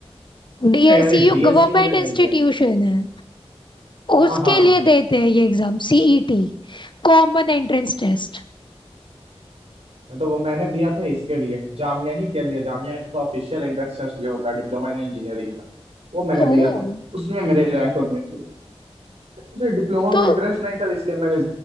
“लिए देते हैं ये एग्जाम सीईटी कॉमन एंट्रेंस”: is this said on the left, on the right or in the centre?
Left